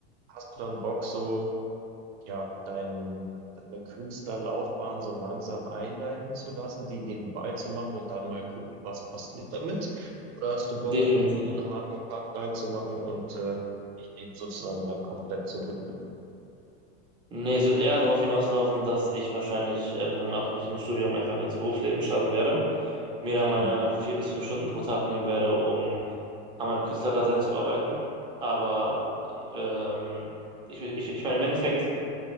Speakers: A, on the right; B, on the right.
A: hast du dann Bock, so, ja, dein, deine Künstlerlaufbahn so langsam einleiten zu lassen, die nebenbei zu machen und dann mal gucken, was passiert damit? Oder hast du Bock,
B: Definitiv.
A: einen, einen harten Cut reinzumachen und äh, dich dem sozusagen dann komplett zu widmen?
B: Nee, es wird eher darauf hinauslaufen, dass ich wahrscheinlich äh, mit meinem abgeschlossenen Studium einfach ins Berufsleben starten werde. Mir da
A: Mhm.
B: meine vier bis fünf Stunden pro Tag nehmen werde, um an meinem Künstlerdasein zu arbeiten. Aber
A: Mhm.
B: ähm, ich, ich, ich meine, im Endeffekt